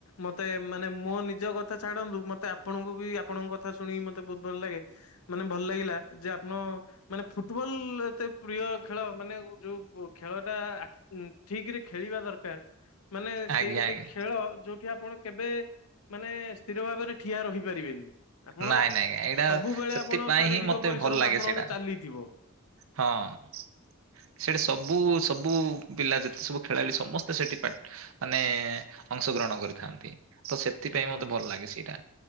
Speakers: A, on the left; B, on the right.
A: ମତେ ମାନେ ମୋ ନିଜ କଥା ଛାଡନ୍ତୁ ମତେ ଆପଣଙ୍କୁ ବି ଆପଣଙ୍କ କଥା ଶୁଣିକି ମତେ ବହୁତ ଭଲ ଲାଗେ। ମାନେ ଭଲ ଲାଗିଲା। ଯେ ଆପଣ ମାନେ ଫୁଟବଲ ଏତେ ପ୍ରିୟ ଖେଳ ମାନେ ଯୋଉ ଖେଳ ଟା ଠିକ୍ ରେ ଖେଳିବା ଦରକାର। ମାନେ ସେଇ
B: ଆଜ୍ଞା
A: ଗୋଟେ
B: ଆଜ୍ଞା।
A: ଖେଳ ଏଠି ଆପଣ କେବେ ମାନେ ସ୍ଥିର ଭାବରେ ଠିଆ ରହିପାରିବେନି। ଆପଣ
B: ନାଇଁ ନାଇଁ ଆଜ୍ଞା ଏଇଟା
A: ସବୁବେଳେ
B: ସେଥିପାଇଁ
A: ଆପଣ ଶାରୀରିକ
B: ହିଁ ମତେ
A: ପରିଶ୍ରମ
B: ଭଲ ଲାଗେ
A: ଆପଣଙ୍କର
B: ସେଇଟା
A: ଚାଲିଥିବ।
B: ହଁ। ସେଇଟା ସବୁ ସବୁ ପିଲା ଯେତେ ସବୁ ଖେଳାଳି ସମସ୍ତେ ସେଠି ପା ମାନେ ଅଂଶଗ୍ରହଣ କରିଥାନ୍ତି। ତ ସେଥିପାଇଁ
A: ହଁ।
B: ମତେ ଭଲ ଲାଗେ ସେଇଟା